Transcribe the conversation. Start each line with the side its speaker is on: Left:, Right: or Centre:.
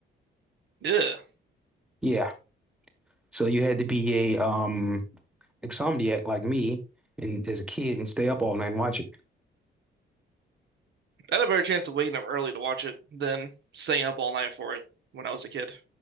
Right: Yeah.
Centre: Yeah. So you had to be a um insomniac like me and as a kid and stay up all night and watch it.
Right: I had a better chance of waking up early to watch it than staying up all night for it when I was a kid.